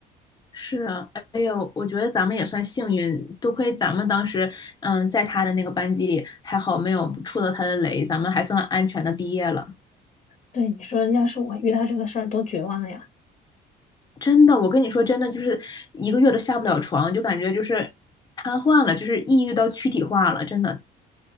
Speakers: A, on the left; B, on the left.
A: 是啊，哎呦，我觉得咱们也算幸运，多亏咱们当时，嗯，在他的那个班级里，还好没有触到他的雷，咱们还算安全的毕业了。
B: 对，你说要是我遇到这个事儿，多绝望呀！
A: 真的，我跟你说，真的就是一个月都下不了床，就感觉就是瘫痪了，就是抑郁到躯体化了，真的